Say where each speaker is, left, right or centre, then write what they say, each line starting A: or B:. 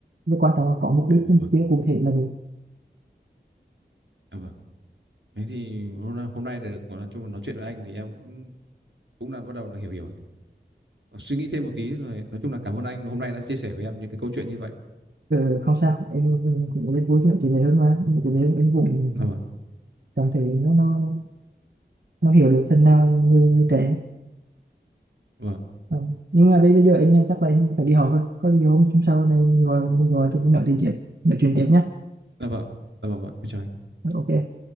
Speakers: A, on the right (about 60°); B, on the right (about 80°).
A: nhưng quan trọng là có mục đích
B: ừ,
A: cái
B: vâng,
A: mục tiêu cụ thể là được
B: dạ vâng. Thế thì hôm nay, hôm nay được nói chung là nói chuyện với anh thì em cũng cũng là bắt đầu là hiểu hiểu suy nghĩ thêm một tí rồi nói chung là cảm ơn anh hôm nay đã chia sẻ với em những cái câu chuyện như vậy.
A: ừ, không sao em cũng rất vui khi nói chuyện này hơn mà Em chuyện này em cũng
B: Dạ vâng,
A: cảm thấy nó nó nó hiểu được phần nào người, người trẻ
B: vâng,
A: ừ. nhưng mà đây bây giờ anh chắc là em phải đi họp rồi có gì hôm hôm sau này mình gọi mình gọi thì mình nói tiền chuyện tiếp nói chuyện tiếp nhé
B: dạ vâng, dạ vâng, vâng. Em chào anh.
A: ok